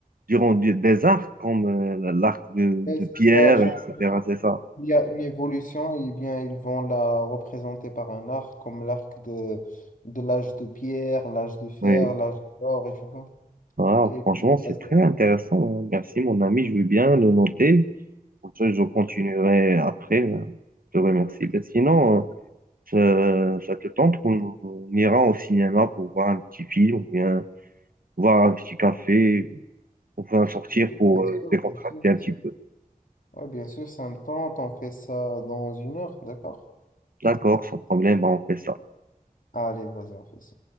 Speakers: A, on the right (about 75°); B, on the left (about 65°).
A: durant du- des arcs comme euh, l'arc de,
B: Ouais,
A: de
B: c'est
A: Pierre,
B: ça. Chaque
A: etc.
B: fois
A: C'est ça.
B: qu'il y a une évolution, et bien, ils vont la représenter par un arc, comme l'arc de, de l'âge de pierre, l'âge de fer,
A: Oui.
B: l'âge d'or, et tu vois.
A: Ah,
B: Et
A: franchement,
B: comme
A: c'est
B: ça,
A: très
B: ça-
A: intéressant. hein. Merci, mon ami. Je veux bien le noter. Comme ça, je continuerai après. hein. Je te remercie. Mais sinon. euh, Ça, ça te tente qu'on on ira au cinéma pour voir un petit film ou bien voir un petit café, on va sortir
B: Oui,
A: pour
B: bien
A: euh,
B: sûr,
A: décontracter
B: bien sûr.
A: un petit peu.
B: Ouais, bien sûr, ça me tente. On fait ça dans une heure, d'accord?
A: D'accord, sans problème, bah, on fait ça.
B: Allez, vas-y, on fait ça.